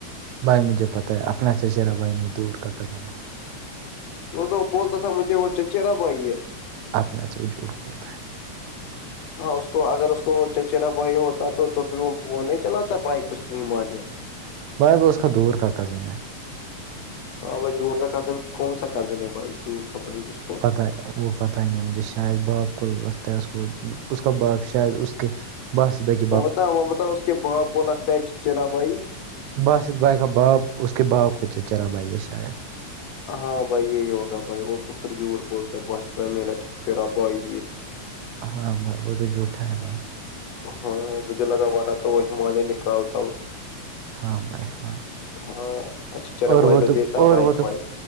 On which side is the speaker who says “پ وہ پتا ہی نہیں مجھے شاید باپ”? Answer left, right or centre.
Right